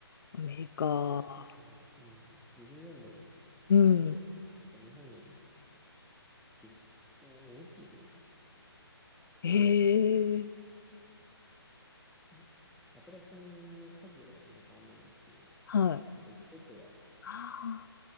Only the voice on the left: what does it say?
アメリカ。
うん。
ええ
はい。
あ